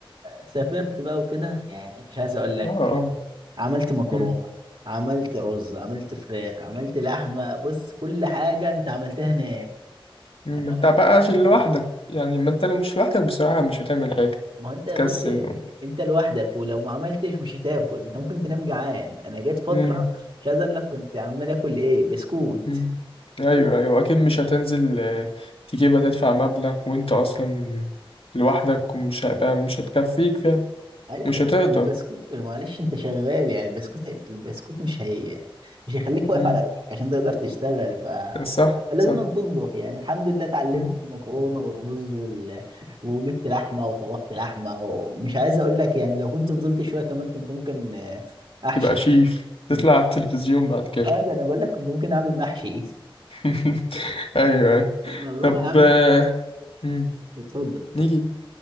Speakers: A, on the right; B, on the left.
A: سافرت بقى وكده يعني مش عايز اقول لك
B: اه اه
A: عملت مكرونة
B: مم.
A: عملت رز عملت فراخ عملت لحمة بص كل حاجة انت عملتها هناك
B: مم.
A: انا
B: ما
A: عملت
B: انت بقى
A: كل
B: عشان
A: حاجة
B: لوحدك
A: هناك
B: يعني ما انت لو مش لوحدك بصراحة مش هتعمل حاجة
A: ما هو انت
B: تكسل
A: بص يعني انت لوحدك ولو ما عملتش مش هتاكل انت ممكن تنام جعان انا جت فتره
B: امم
A: مش عايز اقول لك كنت عمال اكل ايه بسكوت
B: امم ايوه ايوه اكيد مش هتنزل آه، تجيبها تدفع مبلغ وانت اصلا لوحدك ومش هيبقى مش هتكفيك فعلا
A: ايوه
B: مش هتقدر
A: والبسكوت معلش انت شغال يعني البسكوت البسكوت مش هي مش هيخليك واقف
B: امم
A: على رجلك عشان تقدر تشتغل ف
B: صح
A: فلازم
B: صح
A: أن تطبخ يعني الحمد لله اتعلمت
B: مم.
A: المكرونه والرز وال... وجبت لحمه وطبخت لحمه ومش عايز اقول لك يعني لو كنت فضلت شويه كمان كنت ممكن آه، احشي
B: تبقى شيف تطلع
A: كنت
B: على التلفزيون بعد كده
A: اه ده انا بقول لك كنت ممكن اعمل محشي
B: <laughs> ايوه ايوه
A: والله
B: طب
A: يا عم
B: آه، مم.
A: اتفضل اتفضل
B: نيجي